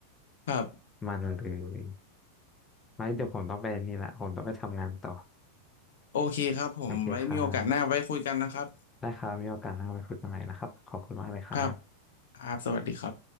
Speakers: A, on the left; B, on the left.
A: ครับ
B: มันเลยไว้เดี๋ยวผมต้องไปนี่ละผมต้องไปทำงานต่อ
A: โอเคครับผมไว้มีโอกาสหน้าไว้คุยกันนะครับ
B: โอเคครับได้ครับมีโอกาสหน้าไปคุยกันใหม่นะครับขอบคุณมากเลยครับ
A: ครับครับสวัสดีครับ